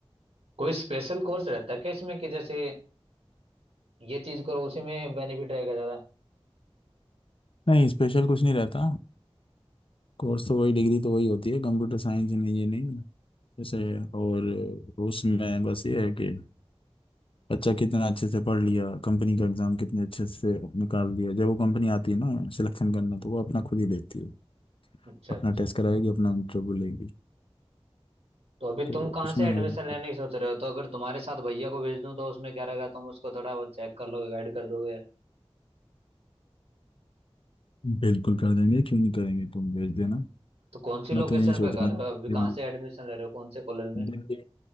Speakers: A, on the right; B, on the left.
A: कोई स्पेशल कोर्स रहता है क्या इसमें कि जैसे ये चीज करो उसी में बेनिफिट रहेगा ज्यादा
B: नहीं स्पेशल कुछ नहीं रहता कोर्स तो वही डिग्री तो वही होती है कंप्यूटर साइंस नहीं ये नहीं जैसे और उसमें बस ये है कि बच्चा कितना अच्छे से पढ़ लिया कंपनी का एग्जाम कितने अच्छे से निकाल दिया जब वो कंपनी आती है ना सिलेक्शन करना तो वो अपना खुद ही देखती है
A: अच्छा
B: अपना
A: अच्छा
B: टेस्ट कराएगी अपना इंटरव्यू लेगी
A: तो अभी
B: तो
A: तुम कहाँ
B: उसमें
A: से एडमिशन
B: अगर-
A: लेने की सोच रहे हो तो अगर तुम्हारे साथ भैया को भेज दूं तो उसमें क्या रहेगा तुम उसको थोड़ा बहुत चेक कर लोगे गाइड कर दोगे यार
B: बिल्कुल कर देंगे क्यों नहीं करेंगे तुम भेज देना
A: तो कौन सी लोकेशन
B: मैं तो यही सोच
A: पे कर
B: रहा हूँ
A: रहे हो अभी कहाँ
B: दिल्ली
A: से एडमिशन ले रहे हो कौन से कॉलेज में
B: दिल्ली